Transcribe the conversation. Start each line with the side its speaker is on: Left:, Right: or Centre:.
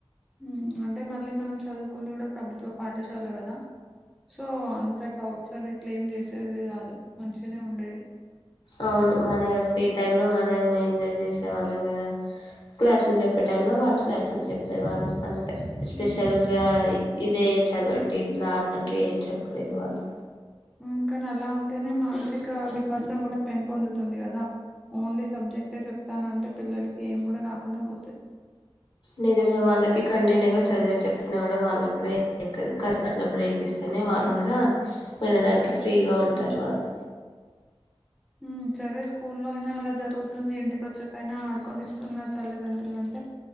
Centre: మ్మ్ అంటే మళ్ళీ మనం చదువుకుంది కూడా ప్రభుత్వ పాఠశాల కదా. సో అంత టార్చర్ ఇ ట్లేమ్ చేసేది గాదు మంచి గనే ఉండేది.
Left: అవును మన ఫ్రీ టైమ్ లో మ నం ఎంజాయ్ చేసేవాళ్ళం గదా. క్లాసులు చెప్పే టైమ్ లో వాళ్ళు క్లాసులు చెప్పేవాళ్లు అంతే. స్పెషల్గా
Centre: హ్మ్,
Left: ఇదే చదవండి ఇట్లా అన్నట్టు ఏం చెప్పలేదు వాళ్ళు.
Centre: మ్ కాని అలా ఉంటేనే మానసిక వికాసం కూడ పెంపొందుతుంది కదా. ఓన్లీ సబ్జెక్టే చెప్తానంటే పిల్లలకి ఏం గూడ రాకుండా పోతది.
Left: నిజమే వాళ్ళకి కంటిన్యూగా చదివే చెప్పిన గూడ వాళ్ళకు గూడ ఏం ఎక్కదు కాసేపు అట్లా బ్రేక్ ఇస్తేనే వాళ్ళు గూడా వెళ్ళడానికి ఫ్రీగా ఉంటారు వాళ్ళు.
Centre: మ్ సరే స్కూల్లో అయినా అలా జరుగుతుంది, ఇంటిక వచ్చాకైనా ఆడుకొనిస్తున్నారు తల్లిదండ్రులు అంటే,